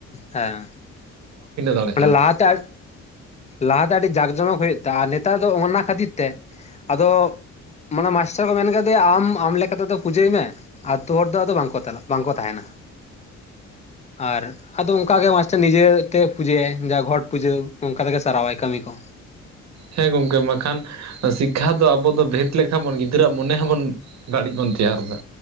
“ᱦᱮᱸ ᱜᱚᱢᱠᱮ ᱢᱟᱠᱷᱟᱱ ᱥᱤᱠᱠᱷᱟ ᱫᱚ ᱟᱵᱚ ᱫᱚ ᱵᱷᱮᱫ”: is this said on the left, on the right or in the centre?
Right